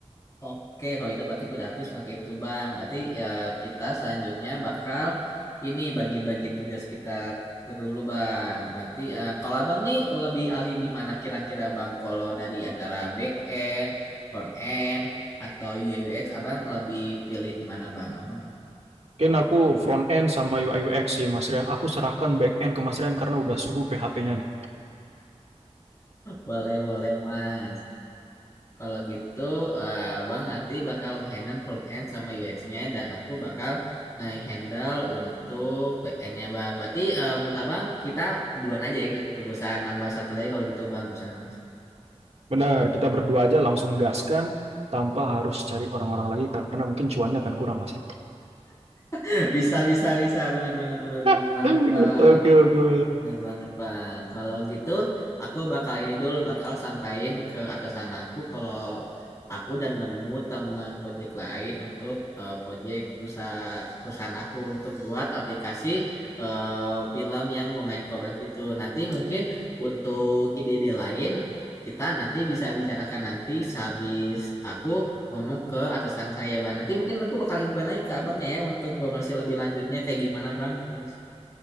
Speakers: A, on the left; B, on the right.
A: Oke, kalau itu berarti udah habis pakai itu, Bang. Berarti ya kita selanjutnya bakal ini bagi-bagi tugas kita dulu, Bang. Berarti eh, kalau Abang nih lebih ahli di mana kira-kira, Bang? Kalau dari antara back end, front end, atau UI UX, Abang lebih pilih di mana, Bang? Abang
B: Mungkin aku front end sama UI UX sih Mas Rian. Aku serahkan back end ke Mas Rian karena udah suhu PHP-nya nih.
A: boleh, boleh, Mas. Kalau gitu, eh, Bang nanti bakal nge-handle front end sama UX-nya dan aku bakal nge-handle untuk back-end-nya, Bang. Berarti eh, menurut Abang kita duaan aja ya, gitu. Gak usah nambah satu lagi kalau gitu, Bang. Gak usah nambah. satu.
B: Benar, kita berdua aja langsung gaskan tanpa harus cari orang-orang lagi karena mungkin cuannya akan kurang Mas ya.
A: <laughs> Bisa, bisa, bisa. Bener, bener, bener, bener
B: <laughs>
A: banget, Bang.
B: Oke, oke.
A: Benar banget Bang. Kalau gitu aku bakal ini dulu bakal sampaikan ke atasan aku kalau aku dan nemu teman proyek lain untuk eh, proyek perusahaan perusahaan aku untuk buat aplikasi eh, film yang lumayan kompleks gitu. Nanti mungkin untuk ide-ide lain kita nanti bisa bicarakan nanti sehabis aku ngomong ke atasan saya Bang. Nanti mungkin aku bakal infoin lagi ke abangnya ya untuk informasi lebih lanjutnya kayak gimana Bang terus.